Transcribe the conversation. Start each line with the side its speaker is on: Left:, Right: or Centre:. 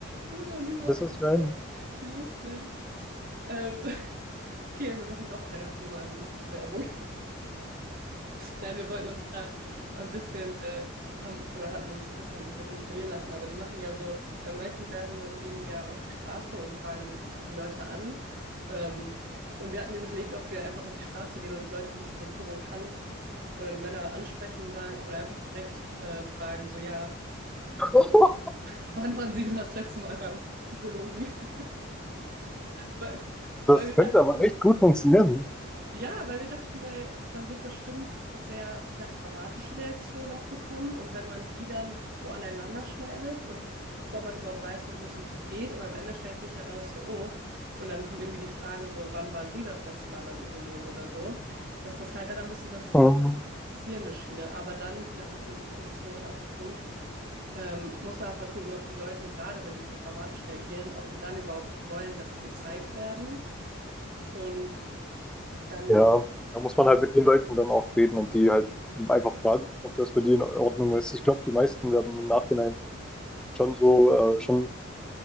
Right: das ist mir
Centre: Weißt
Right: noch nie so aufgefallen.
Centre: du, was ich meine?
Right: Wie lustig. Ähm, <laughs> okay, wir machen doch keine Vielmann-Werbung. Nein, wir wollten uns da ein bisschen, äh, haben oder hatten uns ein bisschen, was heißt inspirieren lassen, aber die machen ja so, bei manchen Werbungen gehen die ja auf die Straße und fragen, sprechen Leute an. Ähm, und wir hatten überlegt, ob wir einfach auf die Straße gehen und Leute ein bisschen so provokant oder die Männer ansprechen und sagen oder einfach direkt äh, fragen, so ja,
Centre: <laughs>
Right: äh, wann waren Sie das letzte Mal beim Urologen? <laughs> Weil, weil
Centre: Das könnte aber
Right: wir
Centre: echt gut funktionieren.
Right: Ja, weil wir dachten, weil man wird bestimmt sehr vielleicht dramatische Reaktionen auch bekommen. Und wenn man die dann so aneinander schneidet und bevor man überhaupt weiß, worum es wirklich geht, und am Ende stellt sich heraus, so, oh, und dann kommt irgendwie die Frage, so, wann waren Sie das letzte Mal beim Urologen oder so, dass das halt dann ein bisschen, dass diese
Centre: Ähm,
Right: provozierende Schiene. Aber dann, da hatte unsere Professorin auch einen Punkt, ähm, muss man erstmal gucken, ob die Leute, gerade wenn die so dramatisch reagieren, ob die dann überhaupt wollen, dass sie gezeigt werden. Und dann
Centre: Ja, da muss man halt mit den Leuten dann auch reden und die halt einfach fragen, ob das für die in Ordnung ist. Ich glaube, die meisten werden im Nachhinein schon so, äh, schon